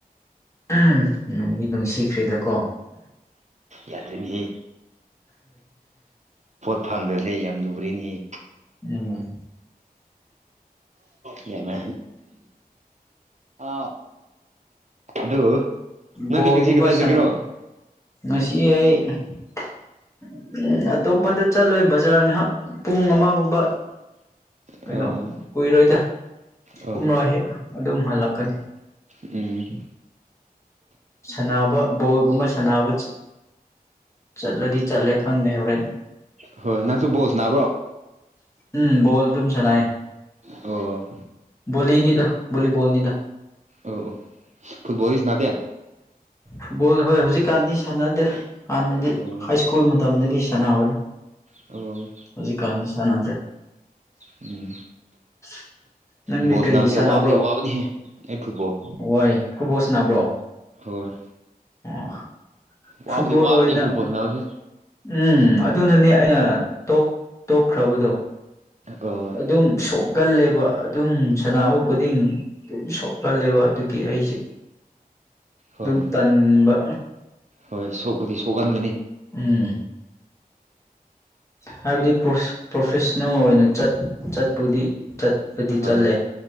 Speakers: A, on the left (about 20°); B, on the right (about 50°).
A: ꯎꯝ ꯅꯨꯡꯁꯤꯈ꯭ꯔꯤꯗꯀꯣ
B: ꯌꯥꯗ꯭ꯔꯤꯅꯦꯍꯦ ꯐꯪꯗꯁꯦ ꯌꯥꯝ ꯂꯨꯔꯤꯅꯤ
A: ꯎ
B: ꯌꯥꯂ ꯑ ꯑꯗꯨ ꯅꯪꯗꯤ
A: ꯕꯣꯜꯒꯨꯝꯕ
B: ꯉꯁꯤ ꯀꯗꯥꯏꯖꯒꯔꯣ
A: ꯁꯥꯟꯅ ꯉꯁꯤ ꯑꯩ ꯎꯝ ꯑꯇꯣꯞꯄꯗ ꯆꯠꯂꯣꯏ ꯕꯖꯥꯔ ꯉꯍꯥꯛ ꯄꯨꯡ ꯑꯃꯒꯨꯝꯕ ꯀꯩꯅꯣ
B: ꯑꯣ
A: ꯀꯨꯏꯔꯣꯏꯗ
B: ꯑꯣ
A: ꯀꯨꯝꯔꯣꯏ ꯍꯦꯛ ꯑꯗꯨꯝ ꯍꯜꯂꯛꯀꯅꯤ
B: ꯎꯝ
A: ꯁꯥꯟꯅꯕ ꯕꯣꯜꯒꯨꯝꯕ ꯁꯥꯟꯅꯕ ꯆꯠꯂꯗꯤ ꯆꯠꯂꯦ ꯈꯪꯗꯦ ꯍꯧꯣꯔꯦꯅ
B: ꯍꯣꯏ ꯅꯪꯁꯨ ꯕꯣꯜ ꯁꯥꯟꯅꯕ꯭ꯔꯣ
A: ꯎꯝ ꯣꯜ ꯇꯝ ꯆꯅꯥꯏ
B: ꯑꯣ
A: ꯣꯅꯤꯗ ꯣꯕꯣꯜꯅꯤꯗ
B: ꯑ ꯑ ꯐꯨꯠꯕꯜꯒꯤꯁꯅꯥꯗꯦ
A: ꯐꯨꯠꯕꯣꯜ ꯍꯣꯏ ꯍꯧꯖꯤꯛ ꯀꯥꯟꯅꯤ ꯁꯥꯟꯅꯗꯦ ꯍꯥꯟꯅꯗꯤ
B: ꯑꯣ
A: ꯍꯥꯏ ꯁ꯭ꯀꯨꯜ ꯃꯇꯝꯗꯗꯤ ꯁꯥꯟꯅꯕꯅꯤ
B: ꯑꯣ
A: ꯍꯧꯖꯤꯛꯀꯥꯟꯗꯤ ꯁꯥꯟꯅꯗ꯭ꯔꯦ
B: ꯎꯝ
A: <inaudible> ꯅꯪꯗꯤ
B: ꯕꯣꯜ
A: ꯀꯔꯤ
B: ꯁꯥꯟꯅꯕꯁꯦ
A: ꯁꯥꯟꯅꯕ꯭ꯔꯣ
B: ꯋꯥꯕꯗꯤ ꯋꯥꯕꯅꯤꯍꯦ ꯑꯩ ꯐꯨꯠꯕꯣꯜ
A: ꯋꯥꯏ ꯈꯨꯕꯣꯜ ꯁꯥꯟꯅꯕ꯭ꯔꯣ
B: ꯍꯣꯏ
A: ꯑꯣ
B: ꯋꯥꯕꯗꯤ
A: ꯐꯨꯠꯕꯣꯜ
B: ꯋꯥꯕꯅꯤ
A: ꯑꯣꯏꯅ
B: ꯐꯨꯠꯕꯣꯜ ꯁꯥꯟꯅꯕꯁꯦ
A: ꯎꯝ ꯑꯗꯨꯅꯅꯦ ꯑꯩꯅ ꯇꯣꯛ ꯇꯣꯛꯈ꯭ꯔꯕꯗꯣ
B: ꯑꯣ
A: ꯑꯗꯨꯝ ꯁꯣꯅꯤ ꯀꯜꯂꯦꯕ ꯑꯗꯨꯝ ꯁꯅꯥꯅꯕ ꯈꯨꯗꯤꯡ ꯑꯗꯨꯝ ꯁꯣꯛꯀꯜꯂꯦꯕ ꯑꯗꯨꯒꯤ ꯑꯩꯁꯦ ꯑꯗꯨꯝ
B: ꯍꯣꯏ
A: ꯇꯟꯕ
B: ꯍꯣꯏ ꯁꯣꯛꯄꯗꯤ ꯁꯣꯛꯍꯟꯕꯅꯤ
A: ꯎꯝ ꯍꯥꯏꯕꯗꯤ ꯄ꯭ꯔꯣꯐꯦꯁꯅꯦꯜ ꯑꯣꯏꯅ ꯆꯠ ꯆꯠꯄꯨꯗꯤ ꯀꯗꯤ
B: ꯍꯣꯏ
A: ꯆꯜꯂꯦ